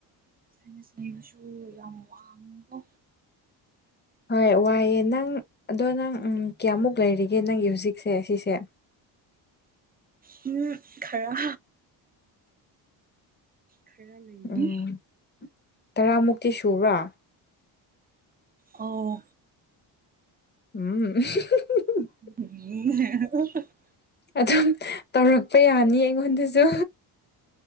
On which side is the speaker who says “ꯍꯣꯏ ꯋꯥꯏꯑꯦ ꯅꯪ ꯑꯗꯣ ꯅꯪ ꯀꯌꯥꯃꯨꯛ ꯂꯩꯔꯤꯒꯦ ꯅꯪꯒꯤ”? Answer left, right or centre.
Left